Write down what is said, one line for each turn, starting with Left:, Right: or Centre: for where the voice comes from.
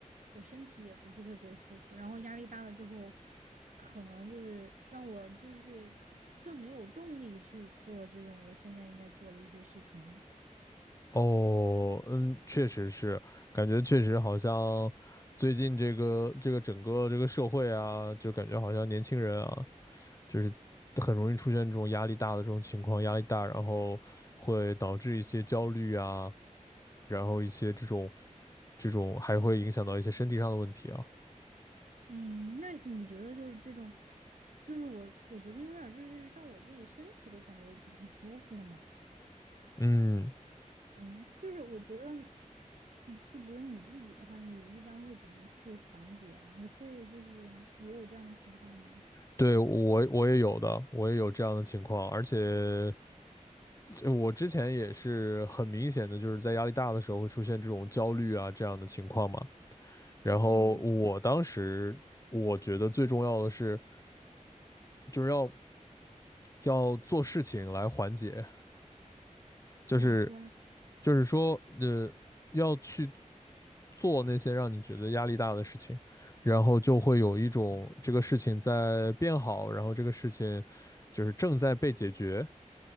Right: 我身体也不是特别舒服，然后压力大了之后，可能就是让我就是更没有动力去做这种我现在应该做的一些事情了。
Left: 哦，嗯，确实是，感觉确实好像最近这个这个整个这个社会啊，就感觉好像年轻人啊，就是很容易出现这种压力大的这种情况，压力大，然后会导致一些焦虑啊，然后一些这种这种还会影响到一些身体上的问题啊。
Right: 嗯，那你觉得就是这种，就是我我觉得有点儿就是让我自己身体都感觉不太舒服了嘛。
Left: 嗯，
Right: 嗯，就是我觉得，嗯，就比如你自己的话，你一般会怎么去缓解啊？你会就是也有这样的情况吗？
Left: 对，我我也有的，我也有这样的情况，而且。呃我之前也是很明显的，就是在压力大的时候会出现这种焦虑啊这样的情况嘛。然后我当时我觉得最重要的是，
Right: 嗯，
Left: 就是要要做事情来缓解，就是
Right: 怎么说呢？
Left: 就是说，呃，要去做那些让你觉得压力大的事情，然后就会有一种这个事情在变好，然后这个事情就是正在被解决